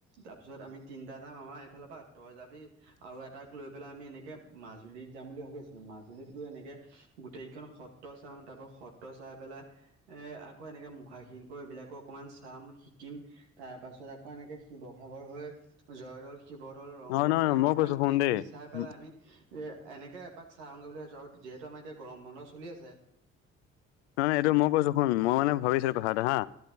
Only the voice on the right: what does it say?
তাৰপিছত আমি তিনটা যাম। আমাৰ এইফালৰ পৰা তই যাবি আৰু এটাক লৈ পেলাই আমি এনেকে, মাজুলীত যাম বুলি ভাবি আছিলোঁ। মাজুলীত গৈ এনেকে গোটেইকেইখন সত্ৰ চাম তাৰ পৰা সত্ৰ চাই পেলাই এ আকৌ এনেকে মুখাশিল্প এইবিলাকো অকন মান চাম শিকিম তাৰ পাছত আকৌ এনেকে, শিৱসাগৰ হৈ জয়দৌল শিৱদৌল, ৰংঘৰ,
কাৰেংঘৰ
মানে গোটেইখিনি
চাই পেলাই
আমি এ, এনেকে এপাক চাই আহোগে বুলি ভাবিছো, আৰু যিহেতু আমাৰ এতিয়া গৰম বন্ধ চলি আছে।